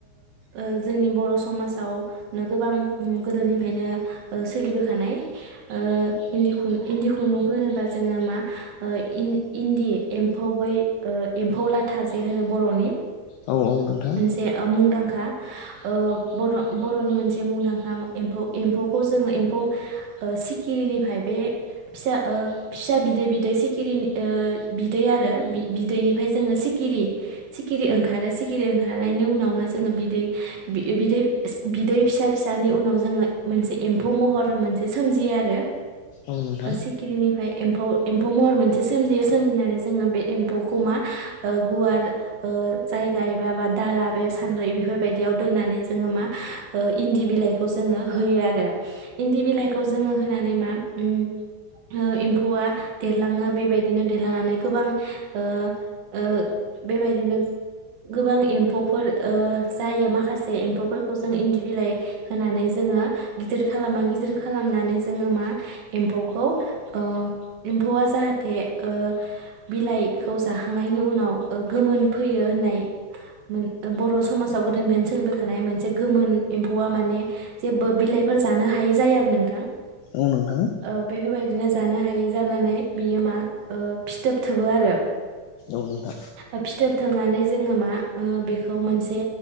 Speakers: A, on the right (about 60°); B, on the left (about 80°).
A: ओ जोंनि बर' समाजावनो गोबां उम गोदोनिफ्रायनो ओ सोलिबोखानाय ओ इन्दि खुन इन्दि खुन्दुंखौ होनोबा जोङो मा ओ इन इन्दि एम्फौ बै ओ एम्फौ लाथा जे होनो बर'नि
B: औ औ नोंथां
A: मोनसे ओ मुंदांखा हा ओ बर' बर'नि मोनसे मुंदांखा मा एम्फौ एम्फौखौ जोङो एम्फौ ओ सिखिरिनिफाय बे फिसा ओ फिसा बिदै बिदै सिखिरिनि ओ बिदै आरो बि बिदैनिफ्राय जोङो सिखिरि सिखिरि ओंखारो सिखिरि ओंखारनायनि उनावनो जोङो बिदै-बि-बिदै सि बिदै फिसा फिसानि उनाव जोङो मोनसे एम्फौ महर मोनसे सोमजियो आरो।
B: औ नोंथां
A: ओ सिखिरिनिफाय एम्फौ एम्फौ महर मोनसे सोमजियो सोमजिनानै जोङो बे एम्फौखौ मा ओ गुवार ओ जायगा एबा बा दाला बे सानद्रै बेफोरबायदियाव दोननानै जोङो मा ओ इन्दि बिलाइखौ जोङो होयो आरो। इन्दि बिलाइखौ जोङो होनानै मा उम हो एम्फौआ देरलाङो बेबायदिनो दे लांनानै गोबां ओ ओ बेबायदिनो गोबां एम्फौफोर ओ जायो माखासे एम्फौफोरखौ जों इन्दि बिलाइ होनानै जोङो गिदिर खालामो गिदिर खालामनानै जोङो मा एम्फौखौ ओ एम्फौआ जाहाथे ओ बिलाइखौ जाखांनायनि उनाव ओ गोमोन फैयो होननाय मोन बर' समाजाव गोदोनिफ्रायनो सोलिबोखानाय मोनसे गोमोन एम्फौआ माने जेबो बिलाइफोर जानो हायि जायो आरो नोंथां
B: औ नोंथां
A: ओ बेफोरबायदिनो जो जानो हायि जानानै बियो मा ओ फिथ थोब थोबो आरो
B: औ नोंथां।
A: फिथोब थोबनानै जोङो मा ओ बेखौ मोनसे